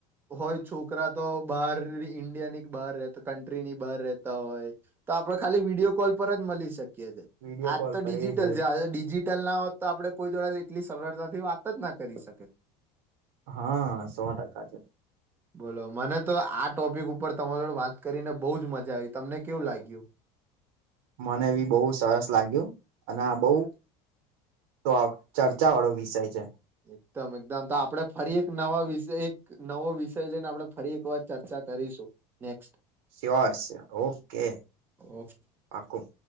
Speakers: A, on the right; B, on the right.
A: હોય છોકરા તો બહાર ઈન્ડિયા ની બહાર રહેતા કન્ટ્રી ની બહાર રહેતા હોય તો આપડે ખાલી વિડીિયો કોલ પર જ મળી શકીએ. આજ
B: વિડીયો કોલ
A: તો
B: પર
A: ડિજિટલ.
B: એ જે
A: ડિજિટલ ના હોત તો આપડે. કોઈ જોડ એટલી સરળતાથી વાત જ ના કરી શકે.
B: હા સો ટકા છે.
A: બોલો મને તો આ ટોપિક ઉપર તમારો જોડે વાત કરીને બહુ જ મજા આવી તમને કેવું લાગ્યું.
B: મને બી બહુ સરસ લાગ્યું અને આ બહૂ તો ચર્ચા વાળો વિષય છે.
A: એકદમ એકદમ તો આપડે. ફરી એક નવા વિષ એક. નવો વિષય લઈને આપણે ફરી એકવાર ચર્ચા કરીશું ને.
B: સ્યોર છે ઓકે
A: ઓકે
B: પાકું.